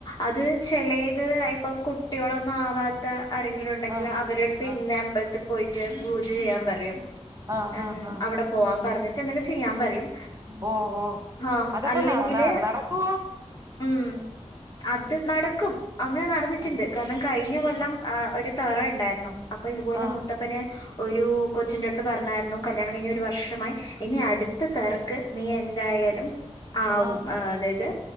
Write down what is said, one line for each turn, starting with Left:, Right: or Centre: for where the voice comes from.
Left: അത് ചെലത് ഇപ്പം കുട്ടിളൊന്നും ആവാത്ത ആരെങ്കിലുണ്ടെങ്കിൽ
Right: ആഹ്
Left: അവരടുത്ത്
Right: ആഹ്
Left: ഇന്ന അമ്പലത്തിൽ പോയിട്ട് പൂജ ചെയ്യാൻ പറയും
Right: ആഹ്
Left: എം
Right: ആഹ് ആഹ്
Left: അവിടെ പോവാപറഞ്ഞി ചെനകി ചെയ്യാൻ പറയും..
Right: ഓ ഓ
Left: ആഹ്
Right: അതപ്പ
Left: അല്ലെങ്കില്.
Right: ന ന നടക്കുവോ
Left: ഉം അത് നടക്കും അങ്ങനെ നടന്നിട്ടുണ്ട്
Right: ആഹ്
Left: കാരണം കഴിഞ്ഞ കൊല്ലം ആഹ് ഒരു തറയുണ്ടാരുന്നു അപ്പൊ ഇതുപോലെ
Right: ആഹ്
Left: മുത്തപ്പന് ഒരു കൊച്ചിന്റെ അട്ത്ത് പർഞ്ഞാര്ന്നു കല്യാണം കൈഞ്ഞ് ഒരു വർഷമായി ഇനി അട്ത്ത തർക്ക് നീ എന്തായാലും ആവും
Right: ആഹ്
Left: അതായത്